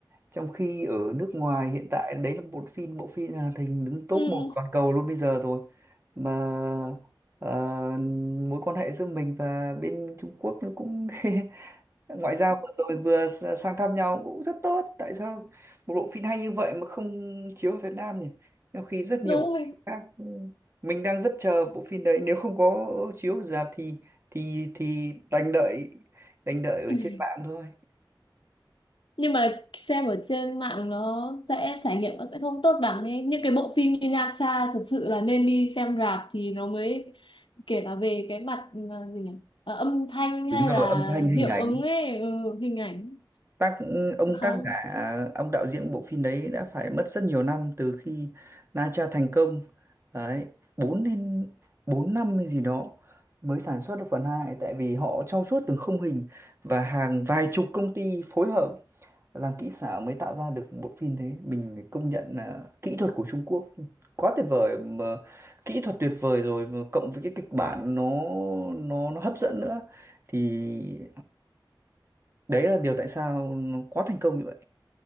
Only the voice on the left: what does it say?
Ừ,
đúng
mình.
<laughs>
Nhưng mà xem ở trên mạng nó sẽ trải nghiệm nó sẽ không tốt bằng ấy. Những cái bộ phim như Nha Tra thật sự là nên đi xem rạp thì nó mới kể cả về cái mặt ờ, gì nhỉ? Ờ, âm thanh
hay
là
hiệu
ứng ấy, ừ, hình ảnh
khá